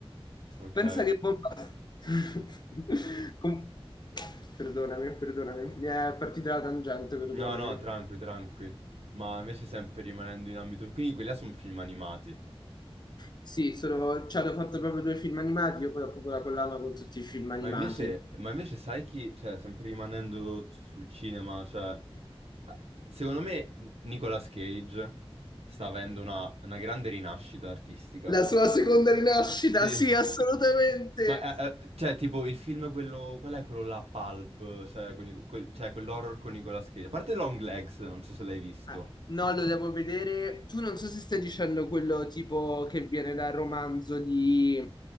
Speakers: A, on the right (about 85°); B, on the left (about 45°).
A: ok.
B: Pensa che bomba... <laughs> Com- Perdonami, perdonami, mi è partita la tangente, perdonami.
A: No, no, tranqui, tranqui. Ma invece sempre rimanendo in ambito... Quindi quelli là sono film animati.
B: Sì, sono, ci hanno fatto proprio due film animati, io poi ho proprio la collana con tutti i film animati.
A: Ma invece, ma invece sai chi... Cioè, sempre rimanendo sul cinema, cioè... Secondo me Nicolas Cage sta avendo una, una grande rinascita artistica.
B: La sua seconda rinascita,
A: Sì.
B: sì, assolutamente,
A: Ma, eh, eh, cioè, tipo, il film quello... Qual è quello là, Pulp? Cioè, con i- quel- cioè, quell'horror con Nicolas Cage. A parte Long Legs, non so se l'hai visto.
B: Ah, No, lo devo vedere. Tu non so se stai dicendo quello tipo che viene dal romanzo di,